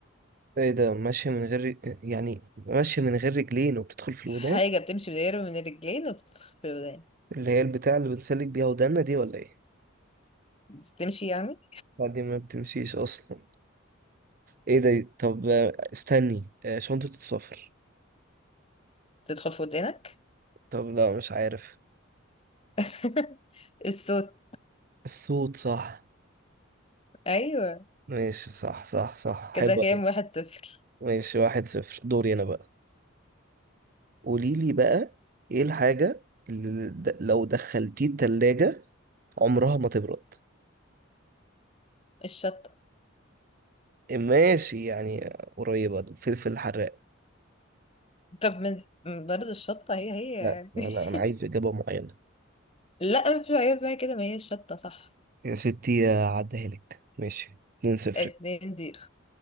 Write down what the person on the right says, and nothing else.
ايه ده ماشيه من غير يعني ماشيه من غير رجلين وبتدخل في
الودان
اللي هي البتاع اللي بنسلك بيها ودانا دي ولا ايه
لا دي ما بتمشيش اصلا ايه ده طب آه، استني آه، شنطة السفر
طب لا مش عارف
الصوت صح
ماشي صح صح صح
حلو
أوي.
ماشي واحد صفر دوري انا بقى قولي لي بقى ايه الحاجة اللي د- لو دخلتيه التلاجة عمرها ما تبرد
ماشي يعني قريبة الفلفل الحراق
لا
لا انا
عايز اجابة معينة
يا ستي عديها لك ماشي اتنين صفر